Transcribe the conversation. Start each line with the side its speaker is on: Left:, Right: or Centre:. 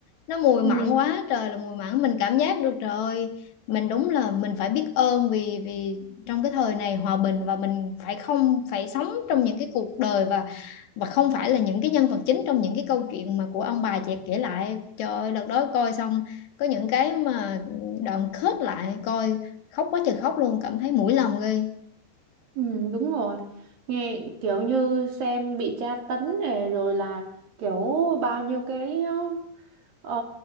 Left: nó mùi
Right: Ừ,
Left: mặn quá trời là mùi mặn mình cảm giác được trời ơi mình đúng là mình phải biết ơn vì vì trong cái thời này hòa bình và mình phải không phải sống trong những cái cuộc đời và và không phải là những cái nhân vật chính trong những cái câu chuyện mà của ông bà chị kể lại trời ơi đợt đó coi xong có những cái mà đoạn khớp lại coi khóc quá trời khóc luôn cảm thấy mũi lòng ghê
Right: Ừ, đúng rồi nghe kiểu như xem bị tra tấn này rồi là kiểu bao nhiêu cái ờ,